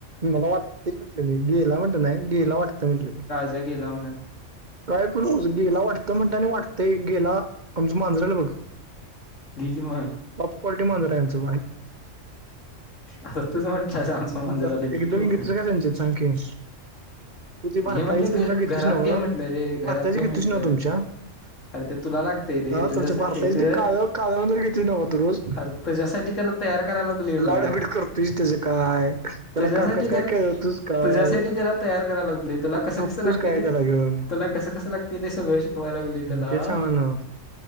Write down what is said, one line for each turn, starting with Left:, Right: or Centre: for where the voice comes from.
Right: मला वाटत म्हटलं मी गेयला म्हटलं नाही गेयला वाटत म्हटलं मी.
Left: जाग गेला म्हणून
Right: काय प गेला वाटतं म्हणता वाटतंय गेला आमचं मांजरालं बघ.
Left: क मग.
Right: टॉप क्वालटी मांज आहे यांचं.
Left: असं तुझ म्हणतय आमचं मांजरालं
Right: एकदम
Left: की कि म्ह
Right: घेतोस काय संचित सांग की तू ती भारताईच
Left: घे म्हणजे घ
Right: तुमच्या घेततीस
Left: घरात
Right: नव्ह
Left: घे म्हटलं रे
Right: तू
Left: घरात
Right: भारताची
Left: घे
Right: घेततीस
Left: म्हटलं.
Right: नव्ह तुमच्या
Left: अरे ते तुला लागतेय रे
Right: हा
Left: तुझ्यासाठी
Right: तुमच्या भारताची
Left: ते
Right: काळ काळ्यावंदर घेततीस नव्ह तू रोज
Left: अरे तुझ्यासाठी त्याला तयार करायला लागली
Right: लाडबीड
Left: बाळ
Right: करतोयस त्याचं काय त्याला
Left: त्याच्यासाठी
Right: काकात काय
Left: तर..
Right: खेळवतोस काय
Left: तुझ्यासाठी त्याला तयार करायला लागतते तुला कसं
Right: झोपतोस
Left: कसं लागते
Right: काय
Left: ते
Right: त्याला घेऊन
Left: तुला.. कसं कसं लागतेय ते सगळं शिकवाय लागले त्याला..
Right: ते चांगलं ना